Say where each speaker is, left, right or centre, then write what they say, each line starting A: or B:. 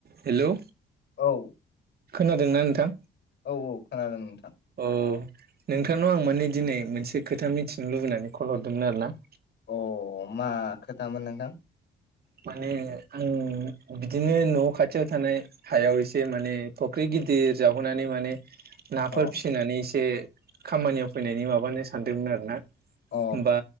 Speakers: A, on the right; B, on the left.
A: Hello.
B: औ।
A: खोनादोंना नोंथां?
B: औ औ खोनादों नोंथां
A: औ नोंथांनाव आं माने दिनै मोनसे खोथा मिथिनो लुबैनानै कल हरदोंमोन आरोना।
B: अ मा खोथामोन नोंथां?
A: माने आं बिदिनो न खाथियाव थानाय हायाव एसे माने फख्रि। गिदिर जावहोनानै माने नाफोर
B: अ
A: फिसिनानै एसे। खामानियाव फैनायनि माबानो सानदोंमोन आरो ना।
B: अ
A: होमबा